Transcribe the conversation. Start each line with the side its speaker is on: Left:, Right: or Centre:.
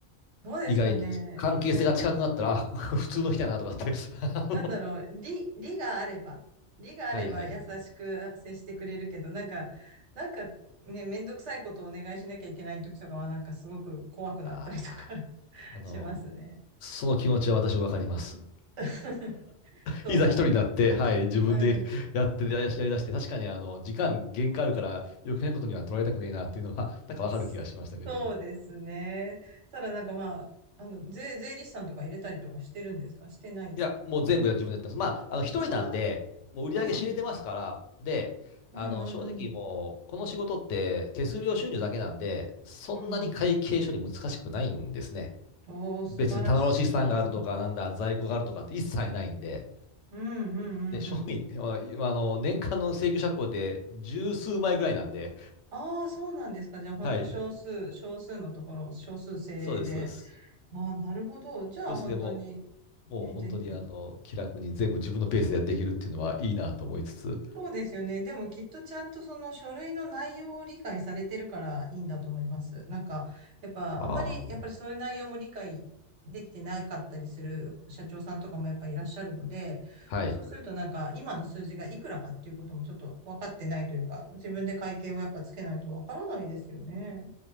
Right: どうですかね。
Left: 意外と関係性が近くなったら、
Right: な、
Left: あ、<laughs> 普通の人やなとかって。<laughs> あの
Right: なんだろう、理、理があれば、理があれば優しく接してくれるけど、
Left: はいはいはい。
Right: なんか、なんかね、めんどくさいことをお願いしなきゃいけない時とかは、なんかすごく怖くなったりとか
Left: ああ、
Right: <laughs>
Left: あの、
Right: しますね。
Left: その気持ちは私はわかります。
Right: <laughs> そ
Left: いざ一人になって、はい、自分でやってやりだして、
Right: う。うん
Left: 確かにあの、時間限界あるから余計なことには取られたくねえなっていうのは、なんかわかる気がしましたけども。
Right: <laughs> そうですね。ただなんかまあ、あの、税、税理士さんとか入れたりとかしてるんですかしてない。
Left: いや、もう全部や自分でやってます。まあ、あの、一人なんで、
Right: あ
Left: もう売り上げ知れてますから、
Right: あー、うん、
Left: で、
Right: うん、
Left: あの、正直もう、
Right: うん、うん。
Left: この仕事って手数料収入だけなんで、そんなに会計処理難しくないんですね。
Right: うんおー、素晴らしいですね。
Left: 別に棚卸資産があるとか、なんだ、在庫があるとかって一切ないんで、
Right: うん、うん、
Left: で、商品、
Right: うん、うん。
Left: まあ今あの、年間の請求借口で十数枚ぐらいなんで、
Right: ああ、そうなんですか。じゃあ本当少数、
Left: はい、
Right: 少数のところ、少数精鋭で。
Left: そうです、そうです。
Right: ああ、なるほど。じゃあ本当に、
Left: どうしても、もう本当にあの、
Right: ね、全然。
Left: 気楽に全部自分のペースでできるっていうのはいいなと思いつつ、
Right: そうですよね。でもきっとちゃんとその書類の内容を理解されてるからいいんだと思います。なんか、やっぱあんまり、
Left: ああ、
Right: やっぱりそういう内容も理解できてなかったりする社長さんとかもやっぱいらっしゃるので、
Left: はい。
Right: そうするとなんか今の数字がいくらかっていうこともちょっと分かってないというか、自分で会計をやっぱつけないと分からないですよね。